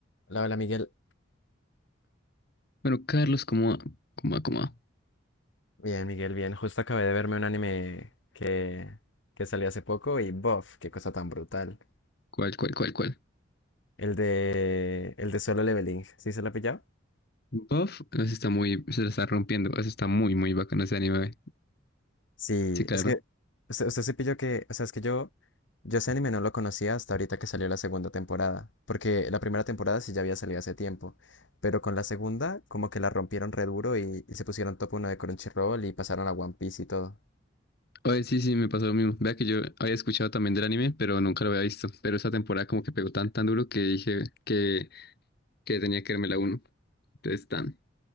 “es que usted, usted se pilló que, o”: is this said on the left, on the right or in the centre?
Left